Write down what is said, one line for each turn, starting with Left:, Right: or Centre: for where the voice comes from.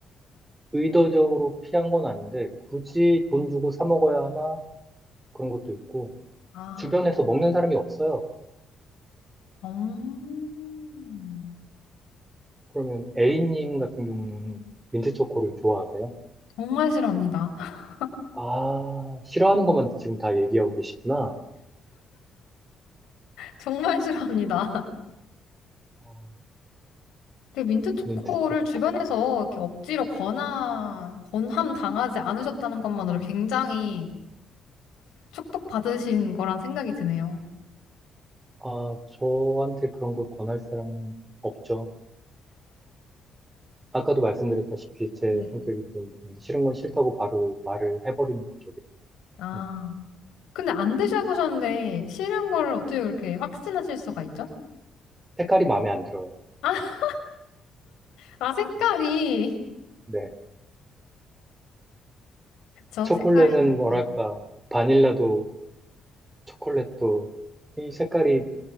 Right: 의도적으로 피한 건 아닌데, 굳이 돈 주고 사 먹어야 하나? 그런 것도 있고,
Left: 아,
Right: 주변에서 먹는 사람이 없어요.
Left: 음,
Right: 그러면 A님 같은 경우는 민트 초코를 좋아하세요?
Left: 정말 싫어합니다. <laughs>
Right: 아, 싫어하는 것만 지금 다 얘기하고 계시구나.
Left: 정말 싫어합니다.
Right: 어,
Left: 그 민트 초코를
Right: 민트 초코.
Left: 주변에서 이렇게 억지로 권하, 권함 당하지 않으셨다는 것만으로 굉장히 축복받으신 거란 생각이 드네요.
Right: 아, 저한테 그런 걸 권할 사람은 없죠. 아까도 말씀드렸다시피 제
Left: 네.
Right: 성격이 좀 음, 싫은 건 싫다고 바로 말을 해버리는 성격이에요.
Left: 아.
Right: 음,
Left: 근데 안 드셔보셨는데 싫은 거를 어떻게 그렇게 확신하실 수가 있죠?
Right: 색깔이 마음에 안 들어요.
Left: 아, 아 색깔이.
Right: 네.
Left: 그쵸,
Right: 초콜릿은
Left: 색깔이.
Right: 뭐랄까,
Left: 네,
Right: 바닐라도 초콜릿도 이 색깔이